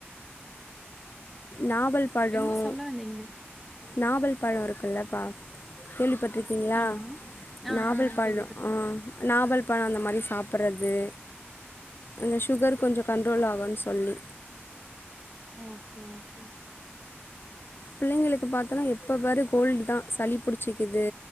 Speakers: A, on the left; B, in the centre.
A: நாவல் பழம்
B: என்னமோ சொல்ல வந்தீங்களே
A: நாவல் பழம் இருக்குலப்பா கேள்விப்பட் இருக்கீங்களா
B: ஆமா ஆ
A: நாவல்
B: ஆ
A: பழம்
B: கேள்விப்பட்டிருக்கேன்
A: ஆ நாவல் பழம் அந்த மாரி சாப்பிடறது அந்த சுகர் கொஞ்சோ கண்ட்ரோல் ஆகுனு சொல்லி
B: ஆ ஓகே ஓ உம்
A: பிள்ளைங்களுக்கு பார்த்தோனா எப்ப பாரு கோல்டு தான் சளி புடிச்சக்குது